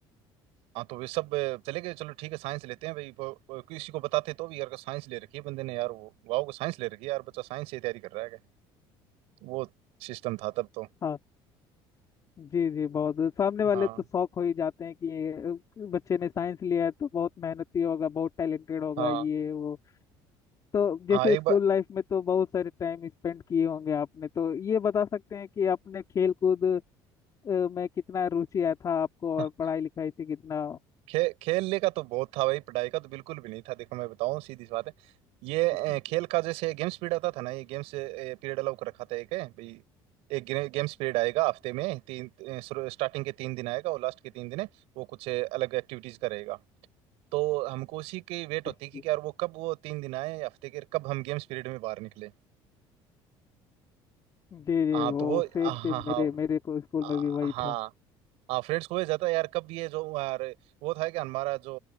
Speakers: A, on the right; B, on the left.
A: हाँ तो वे सब अ, चले गए चलो ठीक है साइंस लेते हैं भाई वो- वो किसी को बताते तो भी यार साइंस ले रखी है बंदे ने यार वो वाओ साइंस ले रखी है यार बच्चा साइंस से तैयारी कर रहा है वो सिस्टम था तब तो
B: हाँ जी जी बहुत सामने वाले
A: हाँ
B: तो शौक हो ही जाते हैं कि ये अ, बच्चे ने साइंस लिया है तो बहुत मेहनती होगा बहुत टैलेंटेड होगा
A: हाँ
B: ये वो तो जैसे
A: हाँ एक
B: स्कूल
A: बार
B: लाइफ में तो बहुत सारे टाइम स्पेंड किए होंगे आपने तो ये बता सकते हैं कि आपने खेल कूद अ, में कितना रुचि आया था आपको और
A: हाँ,
B: पढ़ाई लिखाई से कितना
A: खे, खेलने का तो बहुत था भाई पढ़ाई का तो बिल्कुल भी नहीं था देखो मैं बताऊं सीधी सी बात है ये
B: <laughs>
A: अ, खेल का जैसे गेम्स पीरियड आता था ना ये गेम्स पीरियड अलाउ कर रखा था एक है भाई एक गेम्स पीरियड आएगा हफ्ते में तीन स्टार्टिंग के तीन दिन आएगा और लास्ट के तीन दिन है वो कुछ अ, अलग एक्टिविटीज का रहेगा तो हमको उसी की वेट
B: जी
A: होती है
B: जी
A: कि यार वो कब वो तीन दिन आए हफ्ते के कब हम गेम्स पीरियड में बाहर निकले
B: जी, जी,
A: हाँ
B: वो
A: तो वो
B: सेम
A: हाँ
B: सेम
A: हाँ
B: मेरे मेरे को स्कूल
A: हाँ
B: में भी वही
A: हाँ,
B: था
A: हाँ फ्रेंड्स को जाता है यार कब ये जो अरे, वो था क्या हमारा जो